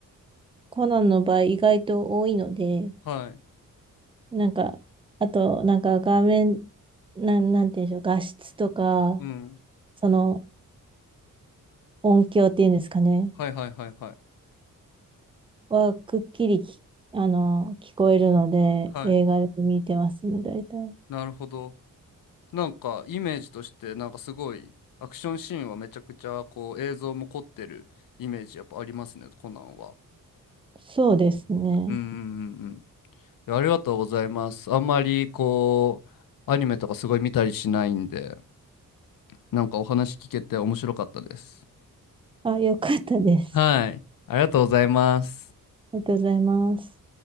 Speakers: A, on the right (about 15°); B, on the left (about 75°).
A: コナンの場合意外と多いので、
B: はい。
A: なんか、あと、なんか画面、なん、なんて言うんでしょう、画質とか、
B: うん。
A: その音響っていうんですかね、
B: はいはいはいはい。
A: はくっきりき、あの、聞こえるので、
B: はい。
A: 映画で見てますね、大体。
B: なるほど。なんかイメージとしてなんかすごいアクションシーンはめちゃくちゃこう映像も凝ってるイメージやっぱありますね、コナンは。
A: そうですね。
B: うんうんうんうん。いや、ありがとうございます。あんまりこうアニメとかすごい見たりしないんで、なんかお話聞けて面白かったです。
A: あ、よかったです。
B: はい。ありがとうございます。
A: ありがとうございます。